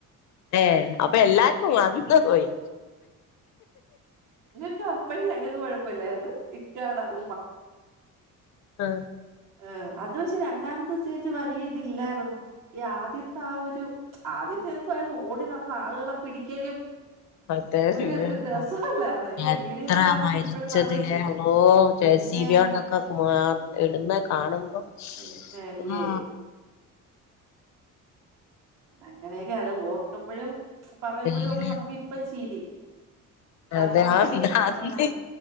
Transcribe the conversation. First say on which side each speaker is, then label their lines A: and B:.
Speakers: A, on the left (about 60°); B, on the right (about 75°).
A: ഏ അപ്പൊ എല്ലാർക്കും വന്ന് പോയി
B: <unintelligible> പ്പ ല്ലായിര്ന്ന് ഇക്കാടെ <inaudible>
A: ആ
B: ഏ അത് പക്ഷെ രണ്ടാമത്തെ സ്റ്റേജ് വലിയ ഇതില്ലായിരുന്നു ഈ ആദ്യത്തെ ആ ഒരു ആദ്യത്തെ എന്തുവായിരുന്നു ഓടി നടന്ന ആളുകളെ പിടിക്കലും
A: <unintelligible>
B: ഒരു രസല്ലായിരുന്നോ അതിന്റെ
A: എത്ര
B: വീഡിയോ ഒക്കെ കാണുമ്പോ
A: മരിച്ചതിലേ
B: ഇപ്പഴും നമ്മള് ചി പിന്നെ
A: ജേസീബിയോണ്ടൊക്കെ ഇടുന്ന കാണുമ്പോ
B: പിന്നല്ലേ
A: ആ
B: അങ്ങനെയൊക്കെ അത് ഓർക്കുമ്പഴും പറയുമ്പോഴൊക്കെ
A: പേടിയാണ്
B: നമുക്ക് ഇപ്പ ചിരി കാരണം
A: അതെ ആ
B: ഒരു
A: അന്ന്
B: ആഹ്